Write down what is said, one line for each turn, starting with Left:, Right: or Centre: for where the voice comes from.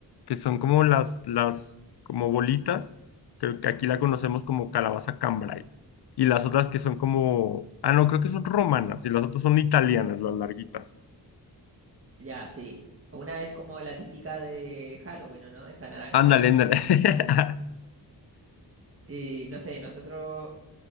Left: que son como las, las, como bolitas, creo que aquí la conocemos como calabaza cambray. Y las otras que son como, ah, no, creo que son romanas, y las otras son italianas, las larguitas.
Right: ya, sí. Una es como la típica de Halloween, ¿o ¿no? Esa naranja.
Left: Ándale, ándale. <laughs>
Right: Y no sé, nosotros